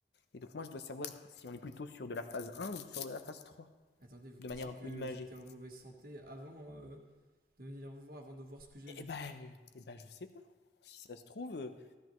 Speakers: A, on the left; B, on the right.
A: Et donc moi je dois savoir si on est plutôt sur de la phase un ou sur de la phase 3,
B: Attendez, vous
A: de
B: pensez
A: manière un
B: que
A: peu imagée.
B: j'étais en mauvaise santé avant euh, de venir vous voir, avant de voir ce que j'ai vu
A: Eh ben, euh, eh ben je sais pas. Si ça se trouve, euh,